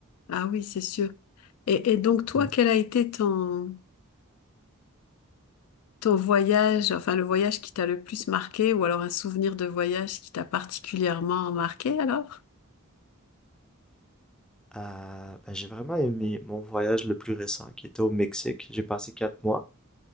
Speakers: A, on the left; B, in the centre.
A: ah oui, c'est sûr. Et, et donc toi,
B: Mm.
A: quel a été ton, ton voyage, enfin le voyage qui t'a le plus marqué, ou alors un souvenir de voyage qui t'a particulièrement marqué alors?
B: Euh, ben, j'ai vraiment aimé mon voyage le plus récent, qui était au Mexique. J'ai passé quatre mois.